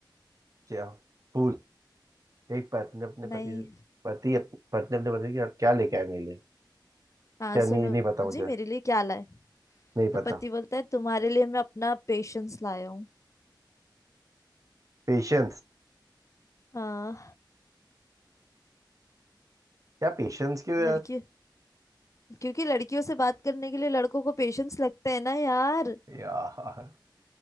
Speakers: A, on the right; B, on the left.
A: क्या फूल एक पत्नी अपने
B: नहीं
A: पति से पति अप, पत्नी अपने पति की क्या लेके आए मेरे लिए
B: हाँ
A: क्या
B: सुनो
A: नहीं नहीं पता मुझे
B: जी मेरे लिए क्या लाए
A: नहीं
B: तो
A: पता
B: पति बोलता है तुम्हारे लिए मैं अपना पेशेंस लाया हूँ
A: पेशेंस
B: हाँ
A: क्या पेशेंस क्यों यार
B: लड़की क्योंकि लड़कियों से बात करने के लिए लड़कों को पेशेंस लगते हैं ना यार
A: यार